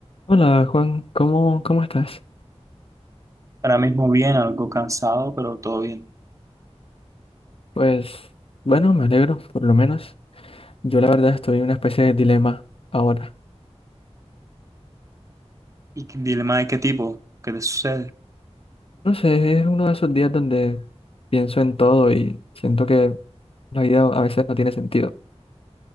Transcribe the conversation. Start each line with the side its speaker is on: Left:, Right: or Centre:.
Left: Hola Juan, ¿cómo, cómo estás?
Right: Ahora mismo bien, algo cansado, pero todo bien.
Left: Pues bueno, me alegro, por lo menos. Yo la verdad estoy en una especie de dilema ahora.
Right: ¿Y qué- dilema de qué tipo? ¿Qué te sucede?
Left: No sé, es uno de esos días donde pienso en todo y siento que la vida a veces no tiene sentido.